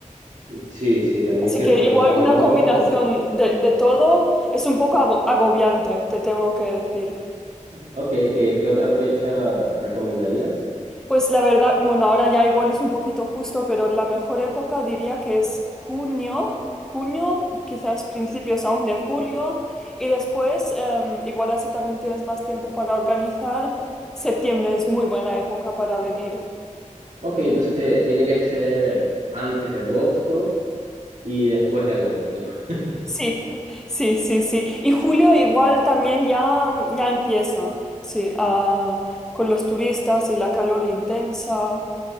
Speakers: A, on the right; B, in the centre.
A: Sí, sí, también
B: Así
A: es cierto,
B: que
A: pero
B: igual
A: el calor.
B: una combinación de, de todo es un poco abo- agobiante, te tengo que decir.
A: Ok, ¿qué, qué otra fecha recomendarías?
B: Pues la verdad, bueno, ahora ya igual es un poquito justo, pero la mejor época diría que es junio, junio, quizás principios aún de julio, y después, em, igual así también tienes más tiempo para organizar. Septiembre es muy buena época para venir.
A: Ok, entonces eh, tiene que ser antes de agosto y después de agosto. <laughs>
B: Sí, sí, sí, sí. Y julio igual también ya, ya empieza, sí, a- con los turistas y la calor intensa.